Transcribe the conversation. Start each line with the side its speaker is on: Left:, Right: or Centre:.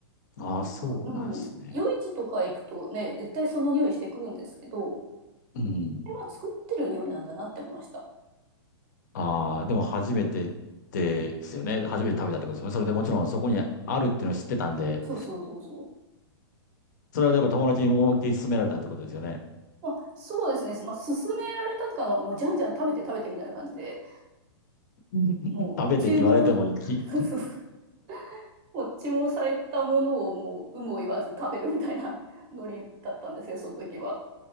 Left: ああ、
Right: う。
Left: そうなんですね。
Right: ううん。夜市とか行くとね、絶対その匂いしてくるんですけど、こ
Left: うん。
Right: れは作ってる匂いなんだなって思いました。
Left: ああ、でも、初めてですよね。
Right: うん。
Left: 初めて食べたってことですよね。それでもちろん、そこにあるっていうのを知ってたんで、
Right: そうそうそうそう。
Left: それはやっぱ友達に思いっきり勧められたってことですよね。
Right: まあ、そうですね。まあ、勧められたとか、まあもうじゃんじゃん食べて食べてみたいな感じで、
Left: <laughs>
Right: もう注文、
Left: 食べてって言われても、き、
Right: <laughs> こう注文されたものをもう有無を言わず食べるみたいな <laughs> ノリだったんですよ、その時は。